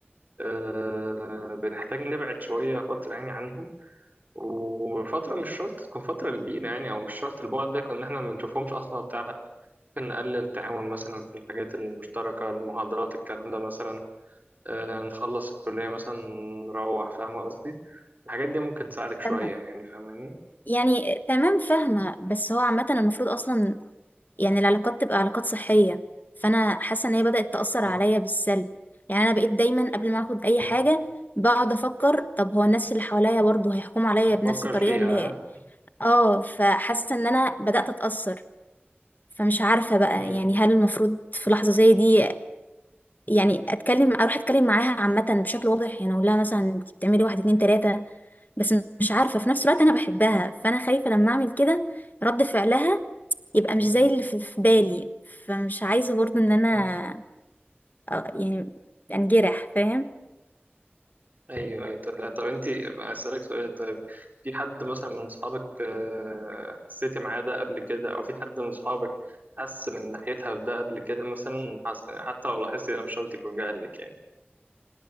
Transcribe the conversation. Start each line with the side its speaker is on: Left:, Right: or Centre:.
Right: آه، بنحتاج نبعد شوية فترة يعني عنهم وفترة مش شرط تكون فترة كبيرة يعني أو مش شرط البعد ده كنا احنا ما بنشوفهمش أصلا وبتاع لا ممكن نقلل التعاون مثلا في الحاجات المشتركة المحاضرات الكلام ده مثلا آه، نخلص الكلية مثلا نروح فاهم قصدي الحاجات دي ممكن تساعدك شوية
Left: تمام
Right: يعني فاهماني
Left: يعني تمام فاهمة بس هو عامة المفروض أصلا يعني العلاقات تبقى علاقات صحية فأنا حاسة إن هي بدأت تأثر
Right: مم.
Left: عليا بالسلب يعني أنا بقيت دايما قبل ما أخد أي حاجة
Right: مم.
Left: بقعد أفكر طب هو الناس اللي حواليا برضه هيحكموا عليا بنفس
Right: فكر
Left: الطريقة
Right: فيها
Left: اللي
Right: ها؟
Left: آه فحاسة إن أنا بدأت أتأثر فمش عارفة بقى
Right: مم.
Left: يعني هل المفروض في لحظة زي دي يعني أتكلم أروح أتكلم معاها عامة بشكل واضح يعني أقول لها مثلا أنت بتعملي واحد اتنين تلاتة بس مش عارفة في نفس الوقت أنا بحبها فأنا خايفة لما أعمل كده رد فعلها يبقى مش
Right: مم.
Left: زي اللي في في بالي فمش عايزة برضو ان انا
Right: مم.
Left: أ- يعني انجرح فاهم
Right: ايوه ايوه طب, طب انت اسألك سؤال طيب في حد مثلا من صحابك آه، حسيتي معاه ده قبل كده او في حد من صحابك حس من ناحيتها بده قبل كده مثلا حس... حتى لو لاحظتي ده مش شرط يكون جاهلك يعني